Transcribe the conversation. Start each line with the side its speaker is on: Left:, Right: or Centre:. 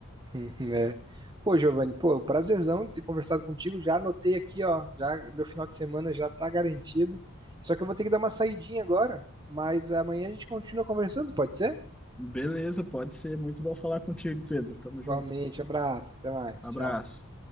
Right: Uhum, É. Pô, Giovanni, pô, prazerzão ter conversado contigo. Já anotei aqui, ó. Já meu final de semana já tá garantido. Só que eu vou ter que dar uma saidinha agora, mas amanhã a gente continua conversando, pode ser?
Centre: Beleza, pode ser. Muito bom falar contigo, Pedro. Tamo
Right: Igualmente,
Centre: junto.
Right: abraço, até mais,
Centre: Abraço.
Right: tchau.